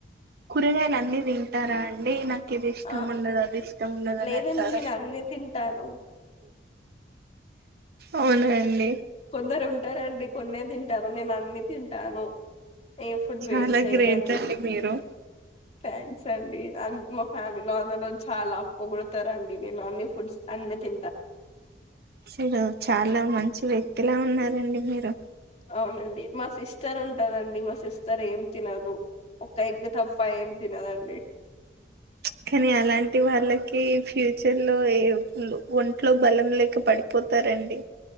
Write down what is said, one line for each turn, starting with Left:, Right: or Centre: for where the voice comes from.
Right: కూరగాయాలు అన్ని తింటార అండి నా ఇది ఇష్టం
Left: ఆ
Right: ఉండదు అది ఇష్టం ఉండదని
Left: లేదండి
Right: అంటార
Left: నేను అన్ని తింటాను
Right: అవునండి
Left: కొందరు ఉంటారండి కొన్నే తింటారు నేను అన్ని తింటాను ఏ ఫుడ్
Right: చాలా
Left: వేస్ట్ చేయనండి
Right: గ్రేట్ అండి మీరు
Left: ఫ్యాన్స్ అండి అ ఫ్యామిలో అందరు చాలా పొగుడుతారండీ నేను అన్ని ఫుడ్స్ అన్ని తి
Right: అసలు చాల మంచి వ్యక్తిలా ఉన్నారండి మీరు
Left: అవునండి మా సిస్టర్ ఉంటదండి మా సిస్టర్ ఏం తినదు ఒక ఎగ్ తప్ప ఏం తినదండి
Right: <inaudible> కానీ అలాంటి వాళ్ళకి ఫ్యూచర్ లో ఒంట్లో బలం లేక పడిపో తారండి